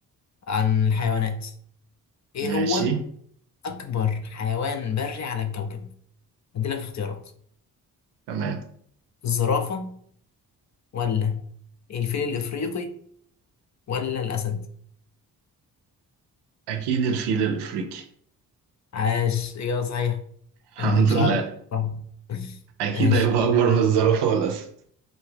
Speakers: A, on the left; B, on the right.
A: عن الحيوانات إيه
B: ماشي
A: هو أكبر حيوان بري على الكوكب؟ هديلك اختيارات
B: تمام
A: الزرافة ولا الفيل الإفريقي ولا الأسد؟
B: أكيد الفيل الأفريقي
A: عاش إجابة صحيحة
B: الحمد
A: أنا ما كنتش
B: لله
A: أعرف صح <laughs>
B: أكيد
A: ماشي
B: هيبقى
A: كده
B: أكبر من الزرافة والأسد